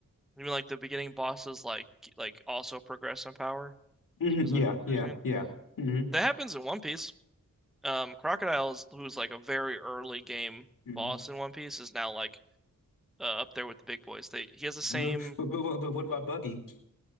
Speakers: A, in the centre; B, on the left.
A: You mean like the beginning bosses like like also progress in power?
B: hmm
A: Is is
B: Yeah,
A: what
B: yeah,
A: they're saying?
B: yeah. hmm
A: That happens in One Piece. Um, Crocodile's who's like a very early game
B: hmm
A: boss in One Piece is now like uh, up there with the big boys. They he has the
B: But,
A: same.
B: but, but, but what about Buggy?